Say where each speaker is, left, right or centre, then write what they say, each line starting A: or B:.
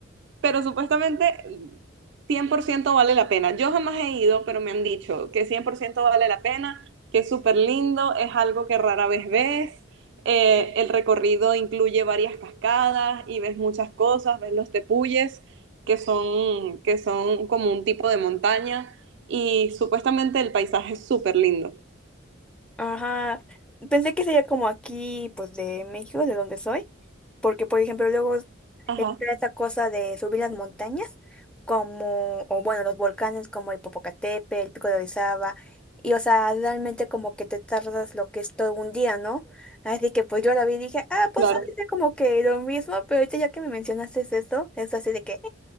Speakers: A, on the right (about 60°); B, in the centre.
A: pero supuestamente 100% vale la pena. Yo jamás he ido, pero me han dicho que 100% vale la pena, que es súper lindo, es algo que rara vez ves. Eh, el recorrido incluye varias cascadas y ves muchas cosas, ves los tepuyes, que son, que son como un tipo de montaña, y supuestamente el paisaje es súper lindo.
B: ajá. Pensé que sería como aquí, pues de México, de donde soy. Porque, por ejemplo, luego
A: Ajá,
B: está esa cosa de subir las montañas, como, o bueno, los volcanes como el Popocatépetl, el Pico de Orizaba, y o sea, realmente como que te tardas lo que es todo un día, ¿no? Así que pues yo la vi y dije, ah, pues
A: claro.
B: ha de ser como que lo mismo, pero ahorita ya que me mencionaste eso, es así de que,